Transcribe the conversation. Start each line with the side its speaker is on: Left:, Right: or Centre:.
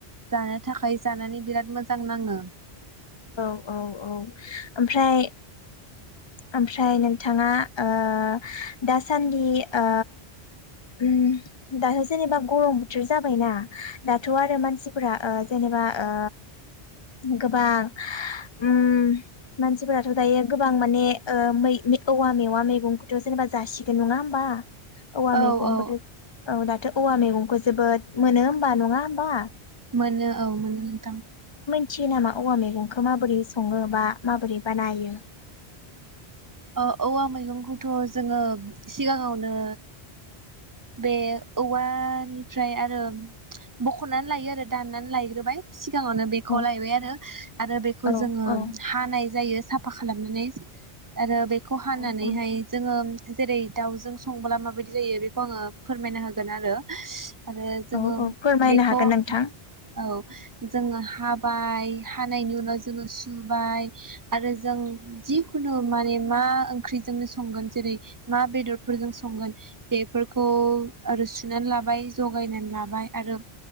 Right: जानो थाखाय जानानै बिराद मोजां नाङो ।
Left: औ औ औ ओमफ्राय ओमफ्राय नोंथाङा ओ दासान्दि ओ ओम दाथ' जेनेबा गरम बोथोर जाबायना दाथ' आरो मानसिफोरा ओ जेनेबा ओ गोबां ओम मानसिफोराथ' दायो गोबां माने ओ मै-मै औवा मेवा मैगंखौथ' जेनेबा जासिगोन नङा होमबा? औवा
Right: औ
Left: मेगंखौथ'
Right: औ
Left: औ दाथ' औवा मैगंखो जोबोद मोनो होमबा नङा होमबा?
Right: मोनो औ मोनो नोंथां ।
Left: थियो नामा औवा मैगंखौ माबोरै सङो बा माबोरै बानायो?
Right: ओ-औवा मैगंखौथ' जोङो सिगाङावनो बे औवा निफ्राय आरो बख'नानै लायो आरो दाननानै लायग्रोबाय सि गाङावनो बेखौ
Left: औ
Right: लायबाय आरो आरो बेखौ
Left: औ
Right: जोङो
Left: औ
Right: हानाय जायो सा फा खालामनानै आरो बे खौ हानानैहाय
Left: औ
Right: जोङो जेरै दाउजों संब्ला माबायदि जायो बे खौ आङो फोरमायना होगोन आरो आरो जोङो
Left: औ औ फोरमायनो
Right: बेखौ
Left: हागोन नोंथां
Right: औ जोङो हा बाय हानायनि उनाव जोङो सुबाय आरो जों जिखुनु माने मा ओंख्रिजोंनो संगोन जेरै मा बेदरफोरजों संगोन बे फोरखौ आरो सुनानै लाबाय जगायनानै लाबाय आरो